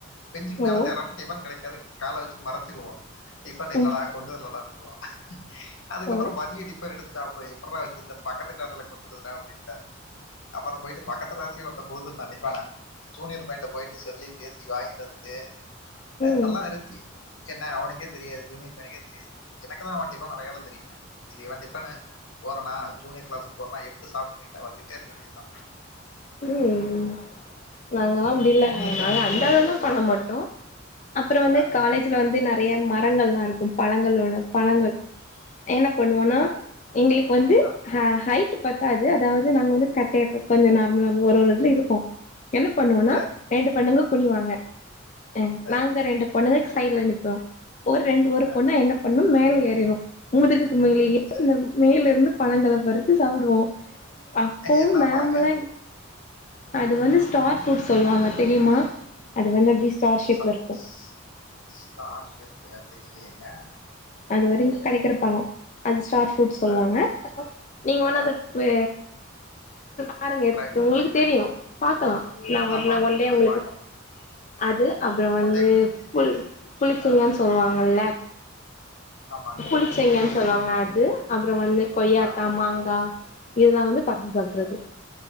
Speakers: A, on the left (about 75°); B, on the left (about 35°).
A: பெஞ்சிக்
B: ஓ
A: மேல தேர்றப் டிஃபன் கெடைக்காது கால வச்சு மறச்சிருவோ டிஃபன் இல்லடா
B: ம்
A: கொண்டு வர்லடான்ருவோ அதுக்கப்பறொ
B: ஓ
A: மதிய டிஃபன் எடுத்து சாப்பு எப்புர்றா வச்சிர்ந்த பக்கத்து க்ளாஸ்ல குடுத்ததுடா அப்டின்ட்ட அப்பறொ போய்ட்டு பக்கத்து க்ளாஸ்லயு ஒருத்த குடுத்ருந்தா டிஃபன ஜூனியர் பையன்ட்ட போய்ட்டு சொல்லி பேசி வாங்கிட்டு வந்துட்டு அது
B: ம்
A: நல்லா இருன்ச்சி என்ன அவனுக்கே தெரியாது ஜூனியர் பையனுக்கே தெரியாது எனக்கு தா அவ டிஃபன் அடையாளொ தெரியுமே இது‌ இவ டிஃபனு போறனா ஜூனியர் க்ளாஸுக் போறனா எட்த்து சாப்ட்டு நீட்டா வந்துட்டே இருக்க வேண்டிதா
B: <unintelligible> நாங்களா அப்டி இல்ல
A: ஜூனியர்
B: நாங்க
A: என்ன
B: அந்த
A: கேள்வி
B: அளவ்லா
A: கேட்க போறாங்க
B: பண்ண மாட்டோ அப்பறொ வந்து
A: ஆ,
B: காலே ஜுல வந்து நறைய மரங்கள்லா இருக்கு பழங்கல்ல உள்ள பழங்கள் என்ன பண்ணுவோன்னா
A: ஓ
B: எங்களுக்கு வந்து
A: ஆ
B: ஹ ஹைட்டு பத்தாது அதாவது நாங்க வந்து கட்டைய க கொஞ்ச நார்மலா ஒரு ஒரு இதுல இருப்போ என்ன பண்ணுவோன்னா
A: ஆ
B: ரெண்டு பொண்ணுங்க குனிவாங்க
A: ஆ
B: அ
A: ஆ,
B: நாங்க ரெண்டு பொண்ணுங்க சைட்ல நிப்போ ஒரு ரெண்டு ஒரு
A: ஆ,
B: பொண்ண என்ன பண்ணும் மேல ஏறிரு முதுகுக்கு மேலே
A: சரிங்க
B: <inaudible> மேலேர்ந்து பழங்கள பறிச்சி சாப்டுவோ அப்பவும்
A: என்ன
B: மேமெல்லா
A: பழங்க?
B: அது வந்து ஸ்டார் ஃப்ரூட் சொல்லுவாங்க தெரியுமா அது வந்து அப்டி ஸ்டார்
A: இந்த
B: ஷேப்ல
A: ச
B: இருக்கு
A: ஸ் ஸ்டார் ஷேப்பு அத்தெரிலயேங்க
B: அது வர இங்க கெடைக்கிற பழொ அது ஸ்டார் ஃப்ரூட் சொல்லுவாங்க
A: அ,
B: நீங்க வேணா
A: அ
B: அத பே பாருங்க எடுத்து
A: ட்ரை
B: உங்களுக்கு தெரியு பாக்கலா நா
A: நான்
B: ஒர்ந
A: பாக்குறேன்,
B: ஒன் டே உங்களுக்கு
A: பாக்குறேன்.
B: அது அப்றொ வந்து
A: ஒன் டே
B: புள் புளிச்செங்கா
A: ஆ,
B: சொல்லுவாங்கல்ல
A: ஆமாங்க.
B: புளிச்செங்கன் சொல்லுவாங்க அது அப்றொ வந்து கொய்யாக்கா
A: ஆ,
B: மாங்கா இதுலா வந்து பற்ச்சி சாப்ட்றது